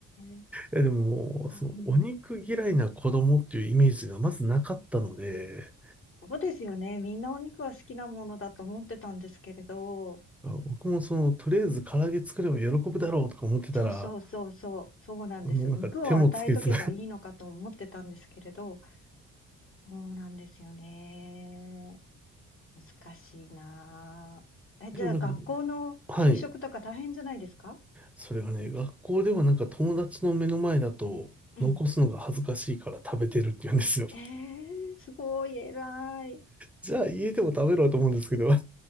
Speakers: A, on the left; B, in the centre.
A: ー、
B: いやでも、
A: あ、
B: その、
A: うん、
B: お肉嫌いな子供っていうイメージがまずなかったので、
A: そうですよね。みんなお肉は好きなものだと思ってたんですけれど、
B: 僕もその、とりあえず唐揚げ作れば喜ぶだろうとか思ってたら、
A: そうそうそうそう、そうなんですよ。
B: もうなんか手もつけず。
A: 肉を与えとけばいいのかと思ってたんですけれど、そうなんですよね。難しいなあ。
B: <laughs>
A: え、じゃあ学校の給食とか大変じゃないですか
B: でもなんか、はい。それがね、学校ではなんか友達の目の前だと残すのが恥ずかしいから食べてるって言うんですよ。
A: うん。
B: <laughs>
A: えー、すごい偉い。
B: じゃあ家でも食べろと思うんですけど。<laughs>